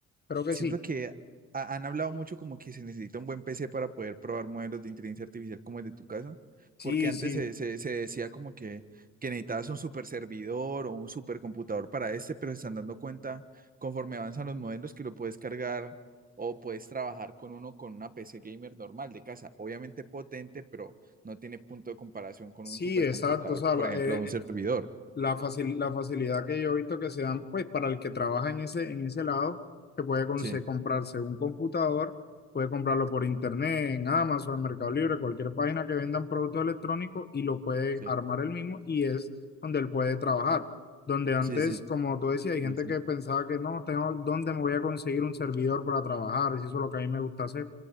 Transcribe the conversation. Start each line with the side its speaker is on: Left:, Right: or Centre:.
Left: creo que
Right: Cierto
Left: sí.
Right: que ha- han hablado mucho como que se necesita un buen PC para poder probar modelos de inteligencia artificial como el de tu casa,
Left: Sí,
Right: porque antes
Left: sí,
Right: se, se- se decía como que, que necesitabas un super servidor o un super computador para este, pero se están dando cuenta conforme avanzan los modelos que lo puedes cargar o puedes trabajar con uno con una PC gamer normal de casa, obviamente potente, pero no tiene punto de comparación con
Left: sí,
Right: un supercomputador,
Left: exacto. O sea,
Right: por
Left: la-
Right: ejemplo,
Left: eh,
Right: un servidor.
Left: la, facil- la facilidad que yo he visto que se dan, pues para el que trabaja en ese, en ese lado, que puede conse-
Right: Sí,
Left: comprarse un computador, puede comprarlo por internet, en Amazon, en Mercado Libre, cualquier página que vendan productos electrónicos y lo puede
Right: sí,
Left: armar él mismo y es donde él puede trabajar. Donde antes,
Right: sí, sí,
Left: como tú decías, hay gente
Right: sí, sí.
Left: que pensaba que no, tengo, ¿dónde me voy a conseguir un servidor para trabajar? Y eso es lo que a mí me gusta hacer,